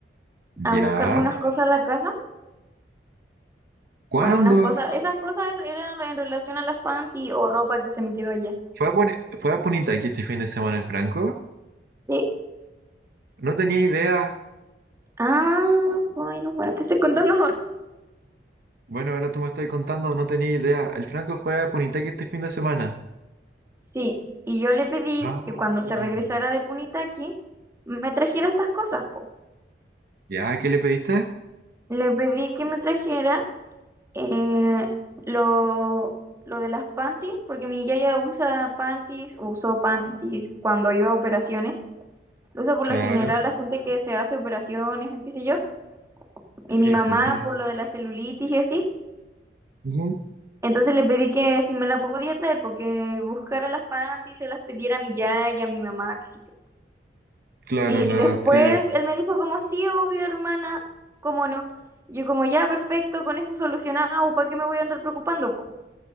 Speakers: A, on the right (about 55°); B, on the right (about 15°).
A: ¿Ya?
B: a buscarme unas cosas a la casa.
A: ¿Cuándo?
B: Bueno, unas cosas, esas cosas eran en relación a las panty o ropa que se me quedó allá.
A: ¿Fue a, Pone- fue a Punita aquí este fin de semana el Franco?
B: Sí.
A: No tenía idea.
B: Ah, bueno, bueno, te estoy contando ahora.
A: Bueno, ahora tú me estás contando, no tenía idea. El Franco fue a Punitaqui este fin de semana.
B: Sí, y yo le pedí
A: Ah.
B: que cuando se regresara de Punitaki me trajera estas cosas, po.
A: ¿Ya? ¿Qué le pediste?
B: Le pedí que me trajera Eh, lo, lo de las panties, porque mi yaya usa panties, usó panties cuando iba a operaciones. Lo usa por
A: Claro,
B: lo general la gente que se hace operaciones, qué sé yo.
A: sí,
B: Y mi mamá
A: pues son...
B: por lo de la celulitis y así.
A: ujú,
B: Entonces le pedí que si me la podía traer, porque buscara las panties, se las pidiera a mi yaya, a mi mamá, qué sé yo.
A: Claro,
B: Y
A: la
B: después
A: que...
B: él me dijo como, sí, obvio, hermana, cómo no. Y yo como, ya, perfecto, con eso solucionado, ¿para qué me voy a andar preocupando, po?